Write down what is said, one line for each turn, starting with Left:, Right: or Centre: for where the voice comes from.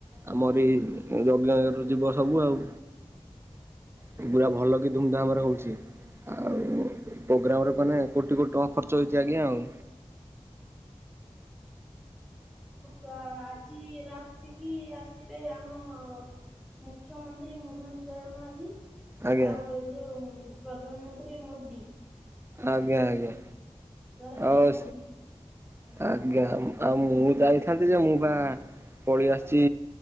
Right: ଆମରି ଏଇ ଯଜ୍ଞରୁ ଯିବ ସବୁ ଆଉ। ପୁରା ଭଲ କି ଧୁମଧାମରେ ହଉଛି। ଆଉ ପ୍ରୋଗ୍ରାମରେ ମାନେ କୋଟି କୋଟି ଟଙ୍କା ଖର୍ଚ୍ଚ ହେଇଛି ଆଜ୍ଞା ଆଉ।
Centre: ହଁ ଆଜି ରାତିକି ଆସିବେ ଆମ ମୁଖ୍ୟମନ୍ତ୍ରୀ ମୋହନ ଚରଣ ମାଝୀ।
Right: ଆଜ୍ଞା
Centre: ଆଉ ଏଇ ଯୋଉ ପ୍ରଧାନମନ୍ତ୍ରୀ ମୋଦି
Right: ଆଜ୍ଞା, ଆଜ୍ଞା,
Centre: ନରେନ୍ଦ୍ର
Right: ଆଉ
Centre: ମୋଦି
Right: ଆଜ୍ଞା, ଆଉ ମୁଁ ଯାଇଥାନ୍ତି ଯେ ମୁଁ ପା ଫେରି ଆସିଛି